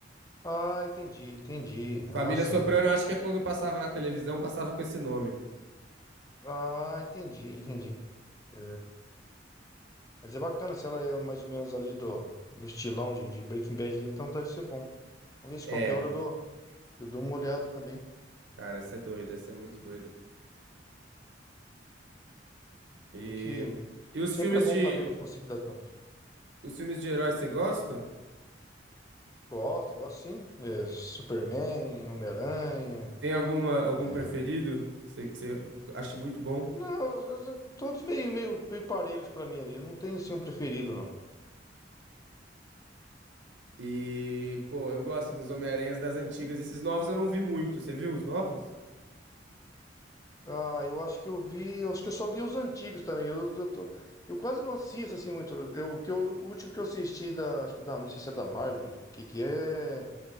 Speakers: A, on the left (about 20°); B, on the right (about 85°).
A: Ah, entendi, entendi.
B: Família
A: Ah, sim.
B: Soprano, eu acho que é quando passava na televisão, passava com esse nome.
A: Ah, entendi, entendi. É, Mas é bacana se ela é mais ou menos ali do, no estilão de, de Breaking Bad ali, então deve ser bom. Vamos ver se
B: É,
A: qualquer hora eu dou, eu dou uma olhada também.
B: cara, essa é doida, essa é muito doida. E,
A: Tem que.
B: e os
A: Sempre
B: filmes
A: é bom
B: de
A: estar vendo as possibilidades.
B: os filmes de heróis você gosta?
A: Gosto, gosto sim. É, Superman, Homem-Aranha.
B: Tem alguma algum
A: é,
B: preferido que você, que você acha muito bom?
A: Não, eu- eu- todos meio, meio, meio parelhos pra mim ali. Eu não tenho assim um preferido, não.
B: E, pô, eu gosto dos Homem-Aranhas das antigas. Esses novos eu não vi muito. Você viu os novos?
A: Ah, eu acho que eu vi. Eu acho que eu só vi os antigos também. Eu, eu, tô- eu quase não assisto assim muito. Eu, que eu, o último que eu assisti da. Acho que da. Não sei se é da Marvel, do que que é.